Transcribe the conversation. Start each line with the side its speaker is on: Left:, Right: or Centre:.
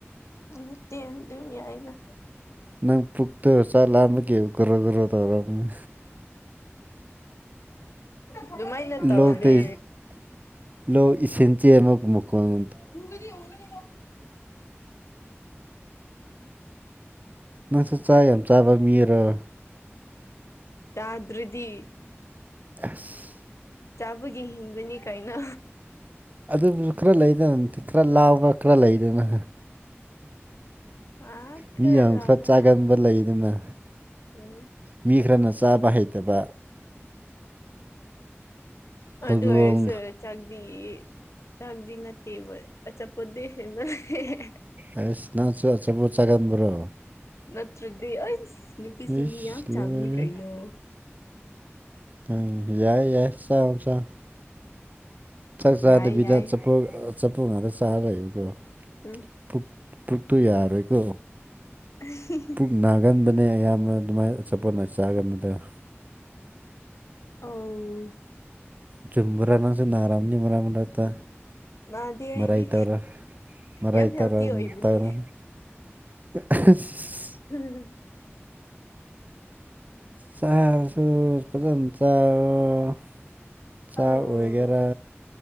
Left: ꯅꯠꯇꯦ ꯑꯗꯨꯝ ꯌꯥꯌꯦꯅ꯫
Right: ꯅꯪ ꯄꯨꯛꯇ ꯆꯥꯛ ꯂꯥꯝꯕꯒꯤ꯫ ꯒꯣꯔꯣ ꯒꯣꯔꯣ ꯇꯧꯔꯝꯅꯤ
Left: ꯑꯗꯨꯃꯥꯏꯅ ꯇꯧꯗꯦ꯫
Right: ꯂꯣꯛꯇꯩ ꯂꯣꯛ ꯏꯁꯤꯡ ꯆ‌ꯦꯟꯕꯒꯤ ꯃꯈꫭꯜ
Left: ꯎꯕꯅꯤ ꯎꯕꯅꯤ꯫
Right: ꯅꯪꯁꯨ ꯆꯥ ꯌꯥꯝ ꯆꯥꯕ ꯃꯤꯔꯣ
Left: ꯆꯥꯗ꯭ꯔꯗꯤ꯫
Right: ꯑꯁ꯫
Left: ꯆꯥꯕꯒꯤ ꯍꯤꯡꯕꯅꯤ ꯀꯩꯅꯣ꯫
Right: ꯑꯗꯨꯕꯨꯁꯨ ꯈꯔ ꯂꯩꯗꯅ ꯈꯔ ꯂꯥꯎꯕ꯭ꯔ ꯈꯔ ꯂꯩꯗꯅ꯫
Left: ꯑꯥ
Right: ꯃꯤ ꯌꯥꯝ
Left: ꯂꯥꯕ
Right: ꯈꯔ ꯆꯥꯒꯟꯕ ꯂꯩꯗꯅ
Left: ꯎꯝ꯫
Right: ꯃꯤ ꯈꯔꯅ ꯆꯥꯕ ꯍꯩꯇꯕ ꯍꯧꯗꯣꯡ
Left: ꯑꯗꯨ ꯑꯣꯏꯁꯨ ꯆꯥꯛꯗꯤ ꯆꯥꯛꯗꯤ ꯅꯠꯇꯦꯕ ꯑꯆꯥꯄꯣꯠꯇ ꯍꯦꯟꯕ ꯍꯦꯍꯦ
Right: ꯑꯦꯁ ꯅꯪꯁꯨ ꯑꯆꯥꯄꫭꯠ ꯆꯥꯒꯥꯟꯕ꯭ꯔꯣ
Left: ꯅꯠꯇ꯭ꯔꯗꯤ ꯑꯩꯁ ꯅꯨꯄꯤꯁꯤꯡꯗꯤ
Right: ꯏꯁ
Left: ꯌꯥꯝ ꯆꯥꯕꯅꯤ
Right: ꯂꯣꯏꯔꯦꯍꯦ
Left: ꯀꯩꯅꯣ꯫
Right: ꯑꯪ ꯌꯥꯏ ꯌꯥꯏ ꯆꯥꯔꫭ ꯆꯥꯔꫭ ꯆꯥꯛ ꯆꯥꯗ
Left: ꯌꯥꯏ
Right: ꯕꯤꯗ
Left: ꯌꯥꯏ
Right: ꯑꯆꯥꯄꯣꯠ ꯑꯆꯥꯄꯣꯠ ꯉꯥꯛꯇ ꯆꯥꯔꯂꯩꯌꯨꯀꯣ꯫
Left: ꯎꯝ꯫
Right: ꯄꯨ ꯄꯨꯛꯇꯨ ꯌꯥꯔꯣꯢꯀꯣ
Left: ꯑ ꯍꯍ
Right: ꯄꯨꯛ
Left: <unintelligible>
Right: ꯅꯥꯒꯟꯕꯅꯦ ꯑꯌꯥꯝꯕ ꯑꯗꯨꯃꯥꯏꯅ ꯑꯆꯥꯄꯣꯠ ꯑꯣꯏꯅ ꯆꯥꯒꯟꯕꯗꯣ
Left: ꯑꯥ
Right: ꯆꯨꯨꯝꯕꯔ ꯅꯡꯁꯨ ꯅꯥꯔꯝꯅꯤ ꯃꯔꯛ ꯃꯔꯛꯇ
Left: ꯅꯥꯗꯦ
Right: ꯃꯔꯥꯏ
Left: ꯑꯩꯗꯤ
Right: ꯇꯧꯔ ꯃꯔꯥꯏ
Left: ꯌꯥꯝ
Right: ꯇꯧꯔ
Left: ꯍꯦꯜꯇꯤ ꯑꯣꯏꯕꯅꯤ
Right: ꯇꯧꯔ <inaudible> <inaudible>
Left: <unintelligible>
Right: ꯆꯥꯁꯨ ꯐꯖꯅ ꯆꯥꯔꯣ ꯆꯥ
Left: ꯑꯧ
Right: ꯑꯣꯏꯒꯦꯔꯥ